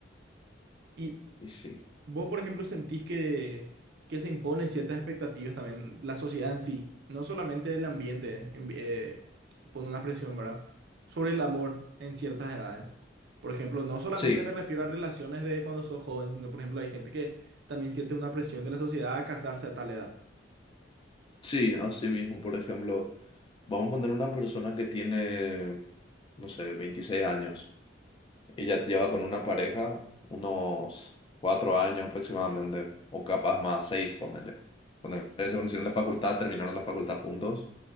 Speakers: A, on the right (about 65°); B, on the left (about 25°).
A: Y,
B: Y sí.
A: Vos, por ejemplo, sentís que, que se imponen ciertas expectativas también, la sociedad en sí, no solamente el ambiente en- eh, pone una presión, ¿verdad? Sobre el amor en ciertas edades. Por ejemplo, no solamente
B: Sí.
A: me refiero a relaciones de cuando sos joven, sino, por ejemplo, hay gente que también siente una presión de la sociedad a casarse a tal edad.
B: Sí, así mismo, por ejemplo, vamos a poner una persona que tiene, no sé, 26 años. Ella lleva con una pareja unos 4 años aproximadamente, o capaz más, 6 ponele. Ponele, se conocieron en la facultad, terminaron la facultad juntos